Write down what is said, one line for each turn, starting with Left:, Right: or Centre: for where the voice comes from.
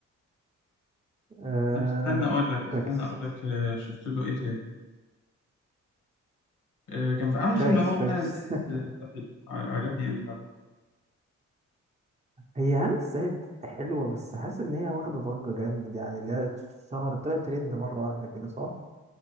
Right: آه
Left: طب استنى اقول لك استنى
Right: فاكس
Left: اقول لك آه، شفت له ايه تاني آه، كان في عامل فيلم
Right: فاكس
Left: هو
Right: فاكس
Left: هنا الزاهد
Right: <laughs>
Left: آه، ده حلو ع- عجبني قوي
Right: هي هنا الزاهد حلوة بس حاسس إن هي واخدة ضجة جامد يعني اللي هي شهر طلعت ترند مرة واحدة كده صح؟